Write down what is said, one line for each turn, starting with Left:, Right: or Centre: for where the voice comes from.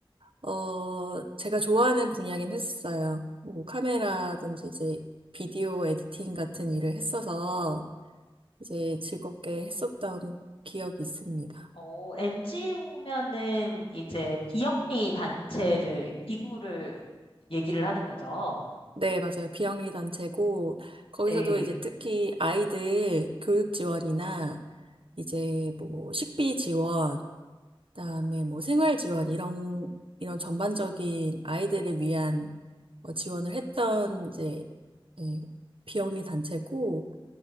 Right: 어, 제가 좋아하는 분야긴 했었어요. 뭐, 카메라든지 이제 비디오 에디팅 같은 일을 했어서, 이제 즐겁게 했었던 기억이 있습니다.
Left: 어, NGO면은 이제 비영리 단체를, 기구를 얘기를 하는 거죠.
Right: 네, 맞아요. 비영리 단체고, 거기서도
Left: 네,
Right: 이제 특히 아이들 교육 지원이나, 이제 뭐 식비 지원, 그다음에 뭐 생활 지원, 이런, 이런 전반적인 아이들을 위한 뭐 지원을 했던 이제, 예, 비영리 단체고,